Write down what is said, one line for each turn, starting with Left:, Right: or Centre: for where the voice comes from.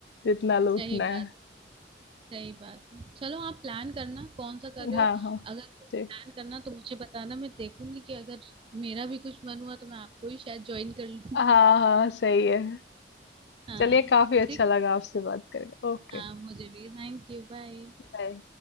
Left: जितना
Right: सही
Left: लूटना
Right: बात
Left: है
Right: सही बात है चलो आप प्लान करना कौन सा कर रहे
Left: हाँ
Right: हो
Left: हाँ
Right: अगर प्लान
Left: ठीक
Right: करना तो मुझे बताना मैं देखूंगी कि अगर मेरा भी कुछ मन हुआ तो मैं आपको ही शायद ज्वाइन कर लूँ
Left: हाँ हाँ सही है
Right: <laughs> हाँ
Left: चलिए काफ़ी अच्छा
Right: ठीक
Left: लगा आपसे बात करके। Okay,
Right: हाँ मुझे भी Thank you bye
Left: bye.